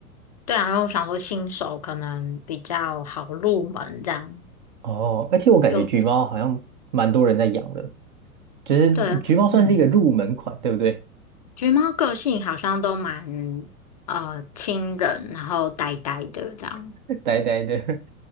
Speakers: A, on the left; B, on the right.
A: 对啊，然后我想说新手可能比较好入门这样，
B: 哦，而且我感觉橘猫好像蛮多人在养的，
A: 就
B: 就是橘猫算是一个入门款，
A: 对，嗯，
B: 对不对？
A: 橘猫个性好像都蛮呃亲人，然后呆呆的这样，
B: <laughs> 呆呆的。<laughs>